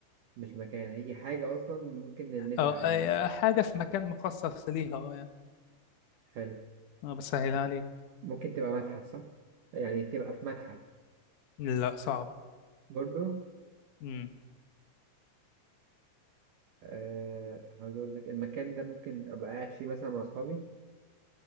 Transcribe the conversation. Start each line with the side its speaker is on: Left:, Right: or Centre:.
Right: مش مكان هي حاجة أصلا ممكن نلمسها
Left: أو أي
Right: عادي
Left: حاجة في مكان مخصص ليها اه يعني
Right: حلو
Left: أنا بسهلها عليك
Right: ممكن تبقى متحف صح يعني تبقى في متحف
Left: لا صعب
Right: برضو
Left: مم.
Right: أه هقول لك المكان ده ممكن أبقى قاعد فيه مثلا مع أصحابي